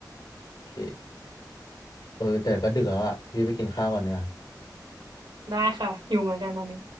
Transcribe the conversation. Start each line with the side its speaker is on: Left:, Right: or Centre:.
Left: โอเคเออแต่ก็ดึกแล้วอะพี่ไปกินข้าวก่อนเนี่ย
Right: ได้ค่ะ อยู่เหมือนกันตอนนี้